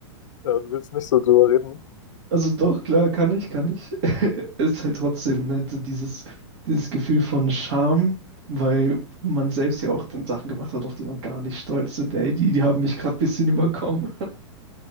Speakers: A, on the left (about 80°); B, on the right (about 60°).
A: Ja, du willst nicht so drüber reden.
B: Also doch, klar, kann ich, kann ich. <laughs> Ist halt trotzdem, ne, so dieses, dieses Gefühl von Scham, weil man selbst ja auch dann Sachen gemacht hat, auf die man gar nicht stolz ist. Ey, die, die haben mich gerade ein bisschen <laughs> überkommen.